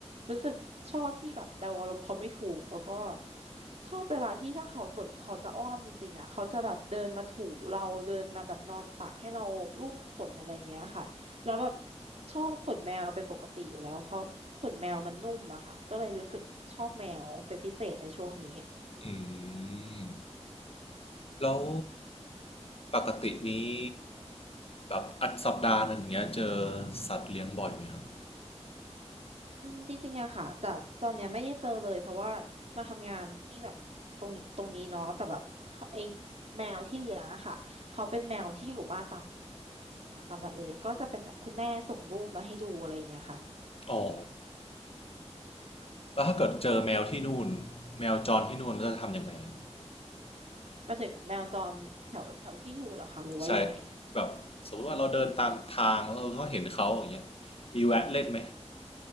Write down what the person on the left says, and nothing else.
อืมแล้วปกตินี้แบบอัดสัปดาห์หนึ่งเนี้ยเจอสัตว์เลี้ยงบ่อยไหมครับ
อ๋อ แล้วถ้าเกิดเจอแมวที่นู่นแมวจรที่นู่นเราจะทำยังไงครับ
ใช่แบบสมมติว่าเราเดินตามทางเราก็เห็นเขาอย่างเงี้ยมีแวะเล่นไหม